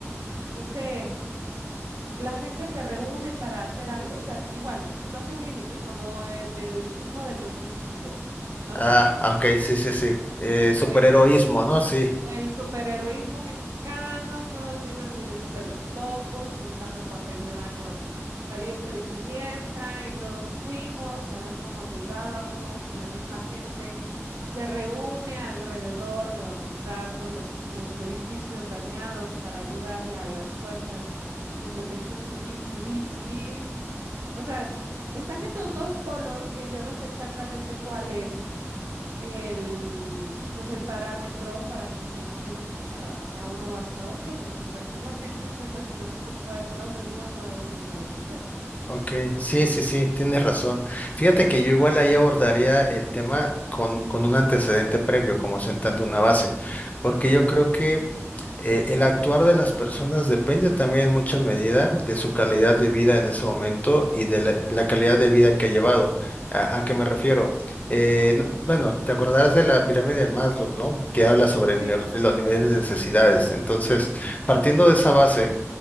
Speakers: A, on the right (about 85°); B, on the left (about 30°).
A: no sé, la gente se reúne para hacer algo. O sea, igual, situación límite, como en el sismo del 2017, ¿no?
B: Ah, ok, sí, sí, sí. Eh, superheroísmo,
A: Que
B: ¿no? Sí.
A: El superheroísmo mexicano, todos bien orgullosos de los topos, juntando papel de baño a diestra y siniestra, y todos fuimos a ver cómo ayudábamos, y la misma gente se reúne alrededor de donde están pues, los, los edificios dañados para ayudarle a las fuerzas de protección subi- civi- civil. O sea, están esos dos polos que yo no sé exactamente cuál es el, pues el parámetro para que se incline hacia, hacia uno o hacia otro, porque al parecer la gente en ciertas situaciones puede ser horrible o puede ser una bendición.
B: Ok, sí, sí, sí, tienes razón. Fíjate que yo igual ahí abordaría el tema con, con un antecedente previo, como sentando una base, porque yo creo que eh, el actuar de las personas depende también en mucha medida de su calidad de vida en ese momento y de la, la
A: Mm,
B: calidad de vida que ha llevado. ¿A, a qué me refiero? Eh, no- bueno, te acordarás de la pirámide de Maslow, ¿no? Que habla sobre el
A: Sí,
B: nivel- los niveles de necesidades. Entonces, partiendo de esa base